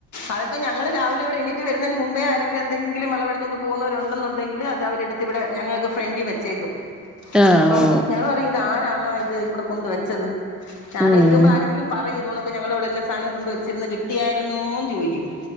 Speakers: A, on the left; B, in the centre.
A: അതൊക്കെ ഞങ്ങള് രാവിലെ ഇവിടെ എണീ റ്റ്‌ വരുന്നതിന് മുമ്പേ ആരെങ്കിലും എന്തങ്കിലും വെളവെടുത്തോണ്ട് പോകുന്നവരുണ്ടെന്നുണ്ടെങ്കില്അത് അവരെടുത്ത് ഇവിടെ ഞങ്ങൾക്ക് ഫ്രണ്ടി വെച്ചേക്കും
B: ആഹ്
A: അപ്പം
B: ഓ
A: ഞങ്ങള് പറയും ഇത് ആരാ അമ്മ ഇത് ഇവ്ടെ കൊണ്ട് വെച്ചത് ആലോയ്ക്കുമ്പ
B: ഉം
A: ആരെങ്കിലും പറയും ഇതോണ ഞങ്ങള് ഇവിടെ ഇന്ന സാധനം കൊണ്ട് വെച്ചിരുന്നു കിട്ടിയായിരുന്നോന്ന് ചോയിക്കും